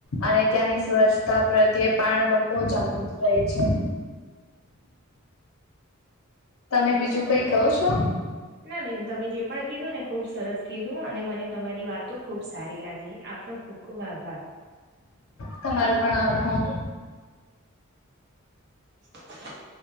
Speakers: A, on the left; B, on the right.
A: અને ત્યાંની સ્વચ્છ છતાપ્રત્યે પણ લોકો જાગૃત થાય છે. તમે બીજું ક‌ઈ કહોછો?
B: હ ના બેન તમે જે પણ કીધું ને ખૂબ સરસ કીધું અને મને તમારી વાતો ખૂબ સારી લાગી આપણ ખૂબ આભાર.
A: <inaudible> તમારોપણ આભાર.
B: <inaudible>